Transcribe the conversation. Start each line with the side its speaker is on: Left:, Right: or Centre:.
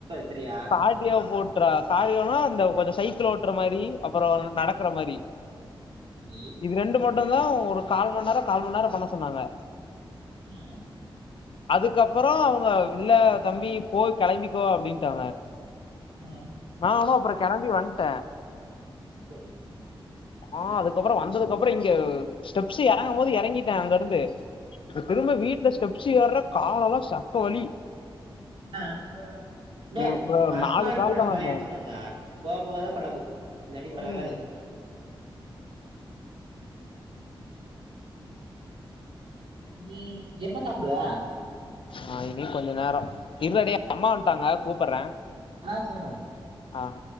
Right: சரியா
Left: கார்டியா போட்றா காரியோனா அந்த கொஞ்ச சைக்கிள் ஓட்டுற மாரி அப்புறோ நடக்குற மாரி
Right: சரி
Left: இது ரெண்டு மட் டுந்தா ஒரு கால் மண் நேரோ கால் மண் நேரோ பண்ண சொன்னாங்க
Right: அஹ்ஹ
Left: அதுக்கப்பறோ அவங்க இல்ல தம்பி போய் கெளம்பிக்கோ அப்டின்ட்டாங்க
Right: ஆ
Left: நா வேணா அப்பறோ கெளம்பி வன்ட
Right: சரி
Left: ஆஹ் அதுக்கப்பறோ வந்ததுக்கு அப்பறோ இங்க ஸ்டெப்ஸ் எறங்கும் போது எறங்கிட்ட அங்கருந்து திரும்ப
Right: சரி
Left: வீட்ல ஸ்டெப்ஸ்சு ஏற்ற காலெல்லா சக்க வலி
Right: அஹ் <unintelligible>
Left: ஒரு
Right: பஸ்ட்
Left: நாலு
Right: நாள்
Left: கால்ல
Right: பண்ணு
Left: வந்தேன்
Right: வழி எடுத்துணும்ந்தா போவ போவதா பலகு இல்லாட்டி பலகாது
Left: ம்
Right: நீ எப்ப சாப்டுவ
Left: அஹ் இன்னி கொஞ்ச நேரோ இர்றா டேய் அம்மா வன்ட்டாங்க கூப்பற்ற
Right: அஹ் சர்தான்டா
Left: அஹ்